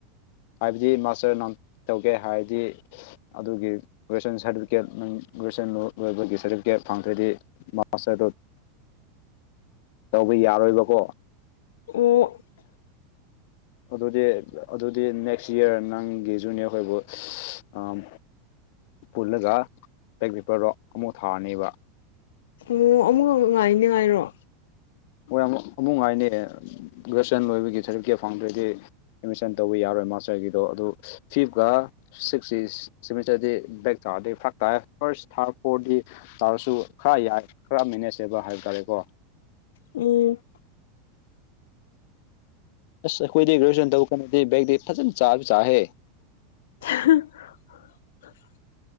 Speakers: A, on the left; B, on the left.
A: ꯍꯥꯏꯕꯗꯤ ꯃꯥꯁꯇꯔ ꯅ ꯇꯧꯒꯦ ꯍꯥꯏꯔꯗꯤ ꯑꯗꯨꯒꯤ ꯒ꯭ꯔꯦꯖꯨꯋꯁꯟ ꯁꯥꯔꯇꯤꯐꯤꯀꯦꯠ ꯒ꯭ꯔꯦꯖꯨꯋꯁꯟ ꯂꯣꯏꯕꯒꯤ ꯁꯥꯔꯇꯤꯐꯤꯀꯦꯠ ꯐꯪꯗ꯭ꯔꯣꯏꯗꯤ ꯄꯣꯁꯠꯇꯣ ꯇꯧꯕ ꯌꯥꯔꯣꯏꯕꯀꯣ
B: ꯑꯣ
A: ꯑꯗꯨꯗꯤ ꯑꯗꯨꯗꯤ ꯅꯦꯛꯁ ꯏꯌꯥꯔ ꯅꯪꯒꯤ ꯖꯨꯅꯤꯌꯔꯈꯣꯏꯕꯨ <unintelligible> ꯄꯨꯜꯂꯒ ꯄꯕꯦꯛ ꯄꯔꯗꯣ ꯑꯃꯨꯐꯛ ꯊꯥꯔꯅꯦꯕ
B: ꯑꯣ ꯑꯃꯨꯛ ꯉꯥꯏꯅꯦ ꯉꯥꯏꯔꯣ
A: ꯍꯣꯏ ꯑꯃꯨꯛ ꯑꯃꯨꯛꯉꯥꯏꯅꯤ ꯒ꯭ꯔꯦꯖꯨꯑꯦꯁꯟ ꯂꯣꯏꯕꯒꯤ ꯁꯥꯔꯇꯤꯐꯤꯀꯦꯠ ꯐꯪꯗ꯭ꯔꯗꯤ ꯑꯦꯠꯃꯤꯁꯟ ꯇꯧꯕ ꯌꯥꯔꯣꯏ ꯃꯥꯁꯇꯔꯒꯤꯗꯣ ꯑꯗꯨ ꯐꯤꯐꯀ ꯁꯤꯛꯁꯇꯤ ꯁꯤꯃꯤꯇꯔꯗꯤ ꯕꯦꯛ ꯇꯥꯔꯗꯤ ꯐꯛ ꯇꯥꯏꯔ ꯐꯥꯔꯁ ꯊꯥꯔꯠ ꯐꯣꯔꯗꯤ ꯇꯥꯔꯁꯨ ꯈꯔ ꯌꯥꯏ ꯈꯔ ꯃꯦꯅꯦꯖ ꯍꯥꯏꯕ ꯍꯥꯏꯕ ꯇꯥꯔꯦꯀꯣ
B: ꯎꯝ
A: ꯑꯁ ꯑꯩꯈꯣꯏꯗꯤ ꯒ꯭ꯔꯦꯖꯨꯋꯦꯁꯟ ꯇꯧꯔ ꯀꯥꯟꯗꯗꯤ ꯕꯦꯛꯇꯤ ꯐꯖꯅ ꯆꯥ <unintelligible> ꯆꯥꯍꯦ
B: <unintelligible>